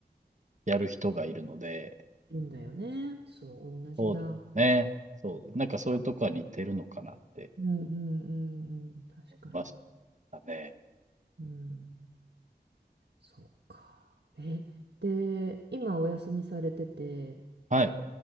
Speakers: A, on the right; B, on the right.
A: やる人がいるので、
B: いいんだよね。そう、同じだ。
A: そうですね。そうです。なんかそういうとこは似てるのかなって
B: うんうんうんうん。確かに。
A: 思いましたね。
B: うん。そうか。え、で、今お休みされてて、
A: はい。